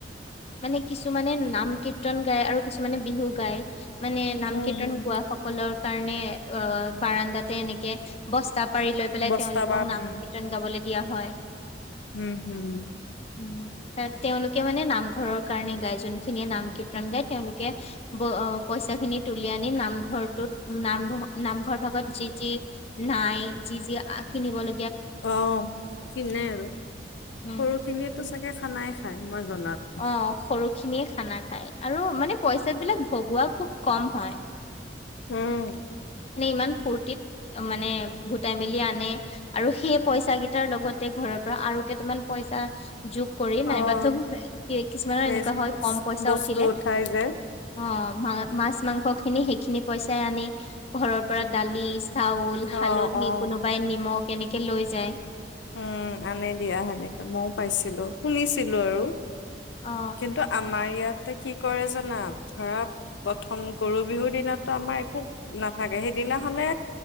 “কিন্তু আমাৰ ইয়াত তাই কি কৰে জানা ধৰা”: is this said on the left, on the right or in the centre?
Left